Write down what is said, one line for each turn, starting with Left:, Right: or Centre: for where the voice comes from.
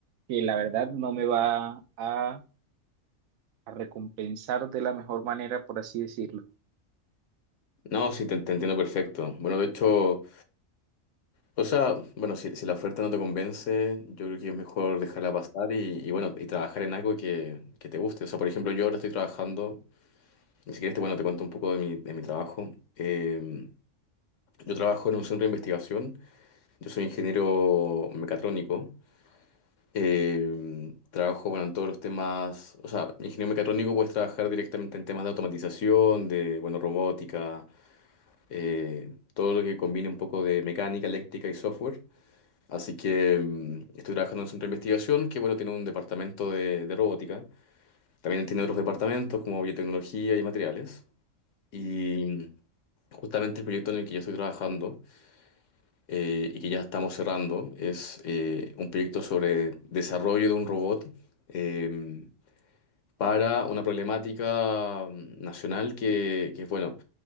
Right: que la verdad no me va a a recompensar de la mejor manera, por así decirlo.
Left: No, sí, te, te entiendo perfecto. Bueno, de hecho, o sea, bueno, si, si la oferta no te convence, yo creo que es mejor dejarla pasar y, y bueno, y trabajar en algo que, que te guste. O sea, por ejemplo, yo ahora estoy trabajando, ni siquiera este, bueno, te cuento un poco de mi, de mi trabajo. Eh, yo trabajo en un centro de investigación, yo soy ingeniero mecatrónico. Eh, trabajo, bueno, en todos los temas, o sea, ingeniero mecatrónico puedes trabajar directamente en temas de automatización, de, bueno, robótica, eh, todo lo que combine un poco de mecánica, eléctrica y software. Así que mm, estoy trabajando en un centro de investigación que, bueno, tiene un departamento de, de robótica. También tiene otros departamentos como biotecnología y materiales. Y mm, justamente el proyecto en el que yo estoy trabajando eh, y que ya estamos cerrando es eh, un proyecto sobre desarrollo de un robot. em, para una problemática mm, nacional que, que, bueno,